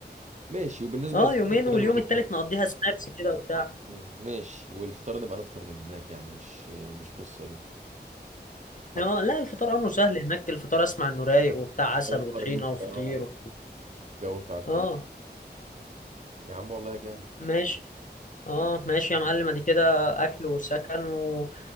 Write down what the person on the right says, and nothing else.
ماشي وبالنسبه
للفطار
وكده
نبقى نفطر
مم، ماشي والفطار نبقى نفطر من هناك يعني مش مش قصه دي حتى
مش فطار
الريف
اه
الجو بتاع الفيوم
يا عم والله جامد
ماشي.